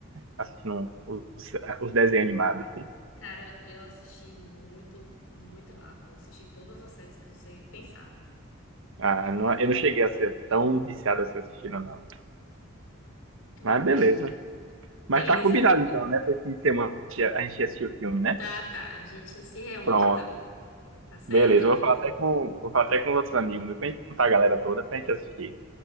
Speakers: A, on the right; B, on the left.
A: assistindo os, os desenhos animados.
B: Cara, eu assisti muito, muita Marvel. Eu assisti todas as séries que você pensar.
A: Ah, não- eu não cheguei a ser tão viciado assim assistindo, não.
B: Ah,
A: Mas
B: mas
A: beleza. Mas
B: Beleza.
A: tá combinado então, né? Pra esse fim de semana a gente a gente assistir o filme, né?
B: Tá, tá. A gente se reúne
A: Pronto.
B: então. Tá certo?
A: Beleza. Eu vou falar até com, vou falar até com os outros amigos, meu, pra gente juntar a galera toda pra gente assistir.